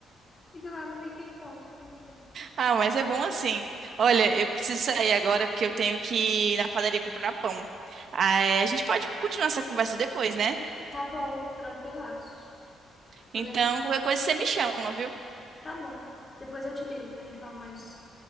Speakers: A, on the left (about 30°); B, on the right (about 60°).
A: e do nada tem K-pop também.
B: Ah, mas é bom assim. Olha, eu preciso sair agora porque eu tenho que ir na padaria comprar pão. Ah, é, a gente pode continuar essa conversa depois, né?
A: Tá bom, tranquilaço. Podemos
B: Então,
A: sim.
B: qualquer coisa você me chama, viu?
A: Tá bom. Depois eu te ligo pra gente falar mais.